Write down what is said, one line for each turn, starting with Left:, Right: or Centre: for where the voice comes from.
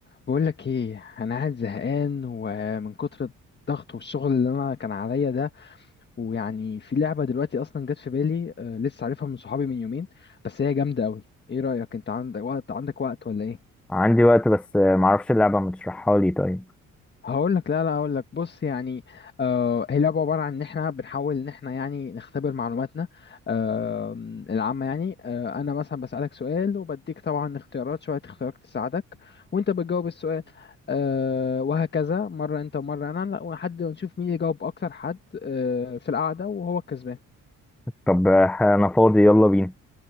Left: بقول لك ايه انا قاعد زهقان ومن كتر الضغط والشغل اللي انا كان عليا ده ويعني في لعبه دلوقتي اصلا جت في بالي آه، لسه عارفها من صحابي من يومين بس هي جامده قوي ايه رايك انت عندك وقت عندك وقت ولا ايه
Centre: عندي وقت بس آه، معرفش اللعبة ما تشرحها لي طيب
Left: هقول لك لا لا هقول لك بص يعني آه هي لعبه عباره عن ان احنا بنحاول ان احنا يعني نختبر معلوماتنا آه العامه يعني آه انا مثلا بسالك سؤال وبديك طبعا اختيارات شويه اختيارات تساعدك وانت بتجاوب السؤال آه وهكذا مره انت ومره انا لا، لحد ما نشوف مين يجاوب اكتر حد آه في القعده وهو الكسبان
Centre: طب آه، انا فاضي يلا بينا